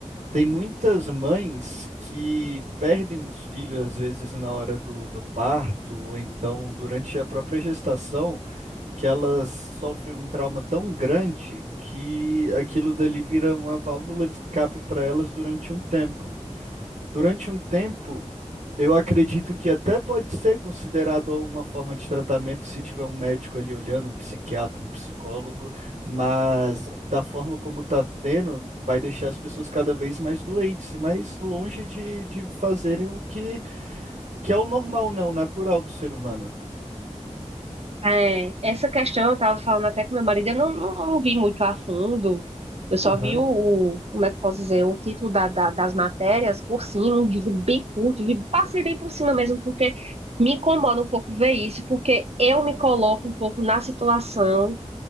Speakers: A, on the right; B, on the right.
A: tem muitas mães que perdem os filhos às vezes na hora do, do parto, ou então durante a própria gestação. que elas sofrem um trauma tão grande que aquilo dali vira uma válvula de escape para elas durante um tempo. Durante um tempo, eu acredito que até pode ser considerado uma forma de tratamento se tiver um médico ali olhando, um psiquiatra, um psicólogo, mas da forma como está sendo, vai deixar as pessoas cada vez mais doentes e mais longe de, de fazerem o que, que é o normal, né? O natural do ser humano.
B: É, essa questão eu tava falando até com meu marido, eu não, não, não vi muito a fundo. Eu só
A: Aham,
B: vi o, o- como é que eu posso dizer, o título da, da- das matérias por cima, um vídeo bem curto, vi- passei bem por cima mesmo, porque me incomoda um pouco ver isso, porque eu me coloco um pouco na situação